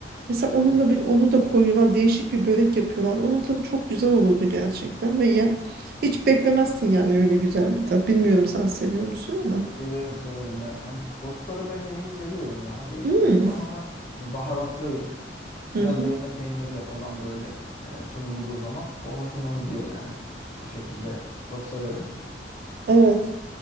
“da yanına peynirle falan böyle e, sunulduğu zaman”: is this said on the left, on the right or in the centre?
Left